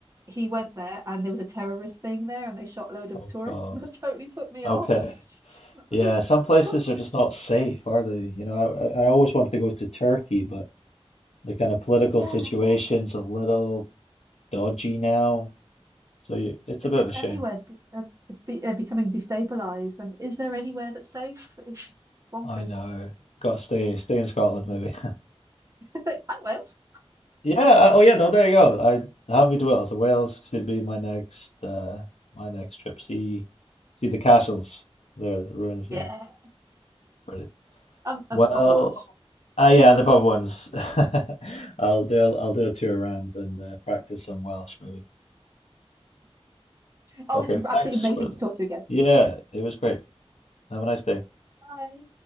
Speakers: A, on the right; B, on the left.
A: he went there and there was a terrorist thing there and they shot a load of
B: Oh
A: tourists
B: God.
A: <laughs> and that totally put me
B: Okay.
A: off. <laughs> I
B: Yeah,
A: was like-
B: some places
A: I was like,
B: are just not safe, are they? You know, I, I I always wanted to go to Turkey, but the kind of political
A: Yeah,
B: situation's a little dodgy now. So you, it's
A: it's
B: a bit
A: just
B: of a
A: everywhere's
B: shame.
A: g- um, be, uh, becoming destabilized. And is there anywhere that's safe? It's bonkers.
B: I know. Got to stay stay in Scotland maybe. <laughs>
A: <laughs> Oh, Wales.
B: Yeah. I, oh yeah. No, there you go. I haven't been to Wales, so Wales should be my next uh my next trip. See see the castles there, the ruins there.
A: Yeah.
B: Brilliant.
A: and, and
B: Well,
A: the proper ones.
B: ah yeah, and the pub ones. <laughs> I'll do I'll, I'll do a tour around and uh, practice some Welsh maybe.
A: Oh,
B: Okay.
A: it's absolutely
B: Thanks
A: amazing
B: for.
A: to talk to you again.
B: Yeah, it was great. Have a nice day.
A: Bye.